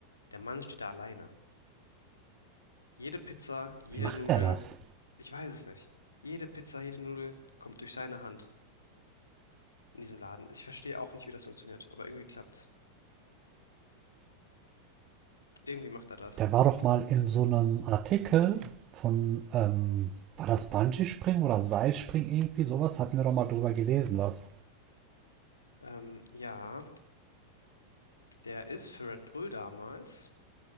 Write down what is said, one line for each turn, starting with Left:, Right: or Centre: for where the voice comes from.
Left: Der Mann steht da alleine. Jede Pizza, jede
Right: Wie macht
Left: Nudel,
Right: er das?
Left: ich weiß es nicht. Jede Pizza, jede Nudel kommt durch seine Hand in diesem Laden. Ich verstehe auch nicht, wie das funktioniert, aber irgendwie klappt's. Irgendwie macht er das.
Right: Der war doch mal in so einem Artikel von, ähm, war das Bungee-Springen oder Seilspringen irgendwie sowas? Hatten wir doch mal drüber gelesen, was.
Left: Ähm, ja. Der ist für Red Bull damals,